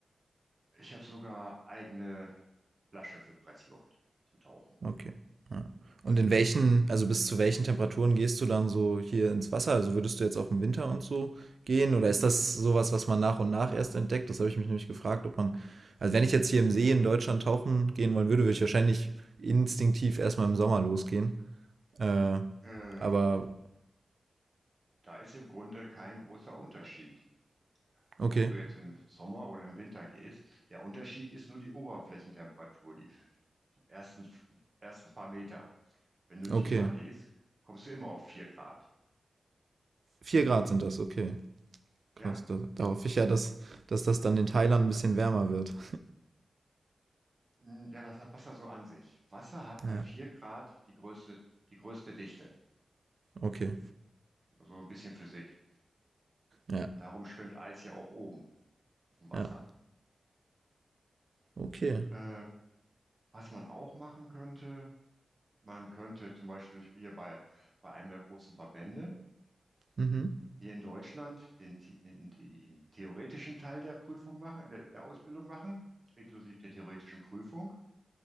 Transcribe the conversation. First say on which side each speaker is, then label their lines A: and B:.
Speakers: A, on the right; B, on the right.
A: Ich habe sogar eigene Flasche für Pressluft zum Tauchen.
B: Okay. Ja. Und in welchen, also bis zu welchen Temperaturen gehst du dann so hier ins Wasser? Also würdest du jetzt auch im Winter und so gehen? Oder ist das sowas, was man nach und nach erst entdeckt? Das habe ich mich nämlich gefragt, ob man, also wenn ich jetzt hier im See in Deutschland tauchen gehen wollen würde, würde ich wahrscheinlich instinktiv erstmal im Sommer losgehen. Äh,
A: Äh,
B: aber
A: da ist im Grunde kein großer Unterschied.
B: okay,
A: Ob du jetzt im Sommer oder im Winter gehst, der Unterschied ist nur die Oberflächentemperatur, die ersten, ersten paar Meter. Wenn du tiefer
B: okay.
A: gehst, kommst du immer auf 4 Grad.
B: Vier Grad sind das, okay.
A: Ja,
B: Krass. Da, da hoffe ich ja, dass, dass das dann in Thailand ein bisschen wärmer wird.
A: mm, ja, das hat Wasser so an sich. Wasser hat
B: Ja,
A: bei 4 Grad die größte, die größte Dichte.
B: okay.
A: Also so ein bisschen Physik.
B: Ja,
A: Darum schwimmt Eis ja auch oben auf dem Wasser.
B: ja, okay.
A: Äh, was man auch machen könnte, man könnte zum Beispiel, ich bin hier bei, bei einem der großen Verbände
B: Mhm.
A: hier in Deutschland, den, the- den, den theoretischen Teil der Prüfung machen, der, der Ausbildung machen, inklusive der theoretischen Prüfung.